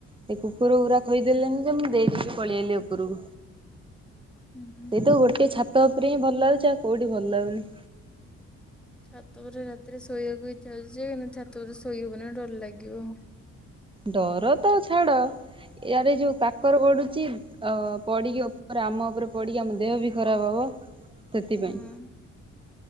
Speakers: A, on the right; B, in the centre.
A: ସେ କୁକୁର ଗୁରା ଖୋଇ ଦେଲେନି ଯେ ମୁଁ ଦେଇ ଦେଇକି ପଳେଇ ଆଇଲି ଉପରକୁ।
B: ହୁଁ
A: ସେଇ ତ ଗୋଟିଏ ଛାତ ଉପରେ ହିଁ ଭଲ ଲାଗୁଛି। ଆଉ କୋଉଠି ଭଲ ଲାଗୁନି।
B: ଛାତ ପରେ ରାତିରେ ଶୋଇବାକୁ ଇଚ୍ଛା ହେଉଛି ଯେ କିନ୍ତୁ ଛାତ ଉପରେ ଶୋଇ ହବନି ଡର ଲାଗିବ।
A: ଡର ତ ଛାଡ, ଇଆଡ଼େ ଯୋଉ କାକର ପଡୁଛି ଓ ପଡିକି ଉପରେ ଆମ ଉପରେ ପଡିକି ଆମ ଦେହ ବି ଖରାପ ହବ। ସେଥିପାଇଁ।
B: ହଁ